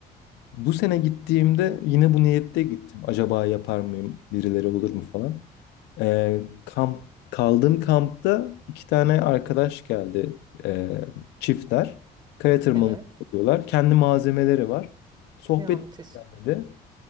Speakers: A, on the left; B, on the right.
A: Bu sene gittiğimde yine bu niyette gittim. Acaba yapar mıyım? Birileri olur mu falan. Ee, kamp kaldığım kampta iki tane arkadaş geldi ee, çiftler. Kaya tırmanışı
B: Evet.
A: yapıyorlar. Kendi malzemeleri var. Sohbet
B: Ya müthiş.
A: istenmedi.